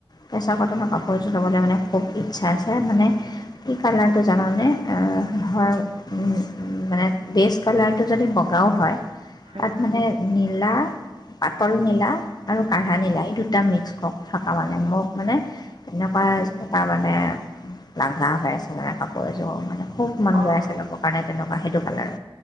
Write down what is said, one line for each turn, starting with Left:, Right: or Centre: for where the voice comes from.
Left: কেঁচা কটনৰ কাপোৰ এযোৰ ল'বলে মানে খুব ইচ্ছা আছে মানে- কি কালাৰটো জানানে? আঁহ ধৰ- মানে বেষ্ট কালাৰটো যদি বগাও হয়- তাক
Right: উম,
Left: মানে নীলা- পাতল নীলা আৰু কাহা
Right: উম,
Left: নীলা এই দুটা মিক্স থকা মানে মোক মানে- এনেকুৱা এটা মানে- লাগা হৈ আছে মানে কাপোৰ এযোৰ মানে খুব মন
Right: অ',
Left: গৈ আছে লবৰ কাৰণে তেনেকুৱা সেইটো কালাৰ।